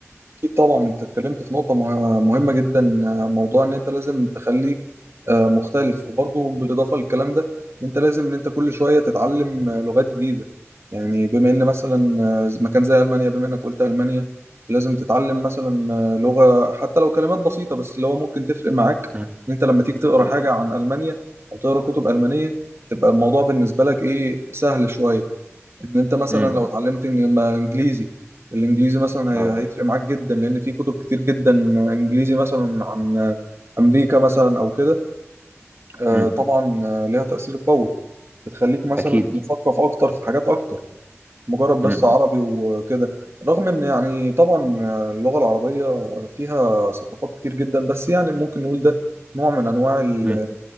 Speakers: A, on the right (about 60°); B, on the right (about 30°).
A: أكيد طبعا أنت اتكلمت في نقطة مه- مهمة جدا آه، موضوع إن أنت لازم تخليك آه، مختلف وبرضه بالإضافة للكلام ده إن أنت لازم إن أنت كل شوية تتعلم آه، لغات جديدة يعني بما إن مثلا آه، مكان زي ألمانيا بما إنك قلت ألمانيا لازم تتعلم مثلا آه، لغة حتى لو كلمات بسيطة بس اللي هو ممكن تفرق معاك
B: مم.
A: إن أنت لما تيجي تقرأ
B: مم.
A: حاجة عن ألمانيا أو تقرأ كتب ألمانية تبقى الموضوع بالنسبة لك إيه سهل شوية ان انت مثلا
B: مم.
A: لو اتعلمت إن- ما انجليزي الانجليزي مثلا
B: اه
A: هي- هيفرق معاك جدا لان في كتب كتير جدا انجليزي مثلا عن امريكا مثلا او كده آه،
B: مم.
A: طبعا آه، ليها تأثير قوي بتخليك مثلا
B: اكيد
A: مثقف اكتر في حاجات اكتر مجرد بس
B: مم.
A: عربي وكده رغم ان يعني طبعا آه، اللغة العربية فيها ثقافات كتير جدا بس يعني ممكن نقول ده نوع من انواع ال
B: مم.